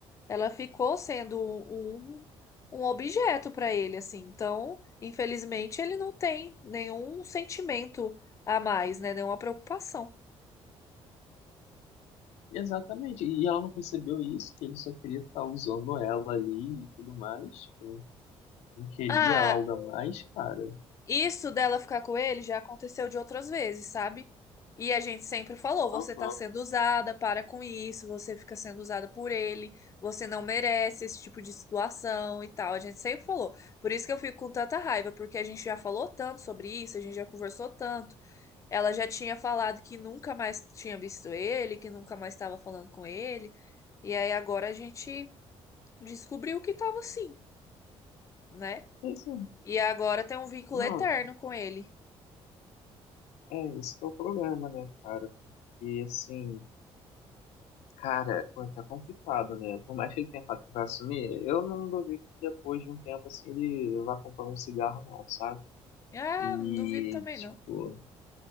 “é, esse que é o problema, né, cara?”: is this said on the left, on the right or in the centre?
Left